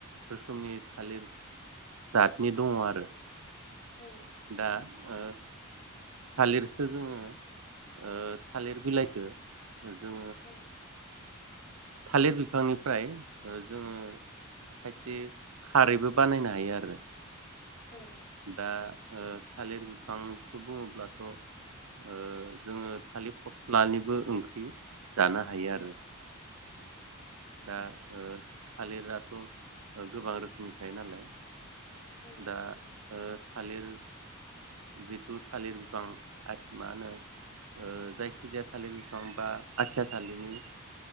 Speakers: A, on the right; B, on the left.
A: रोखोमनि थालिर जाथनि दङ आरो
B: औ
A: दा ओ थालिरखो जोङो ओ थालिर बिलाइखौ जों
B: औ
A: थालिर बिफांनिफ्राय ओ जोङो खायसे खारैबो बानायनो हायो आरो
B: औ
A: दा ओ थालिर बिफांखौ बुङोब्लाथ' ओ जोङो थालिर फस्लानिबो ओंख्रि जानो हायो
B: उम
A: आरो दा ओ थालिराथ' गोबां रोखोमनि थायो नालाय
B: औ
A: दा
B: थायो नोंथां
A: ओ थालिर जिथु थालिर बिफां आ मा होनो ओ जायखिजाया थालिर बिफां बा आथिया थालिरनि